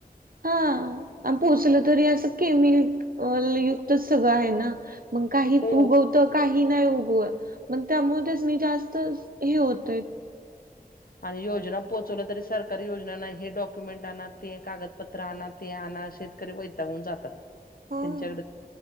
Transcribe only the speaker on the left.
हो
आणि योजना पोहोचवलं तरी, सरकारी योजनाना हे डॉक्युमेंट आणा, ते कागदपत्र आणा, ते आणा शेत करी वैतागून जातात.
त्यांच्याकडे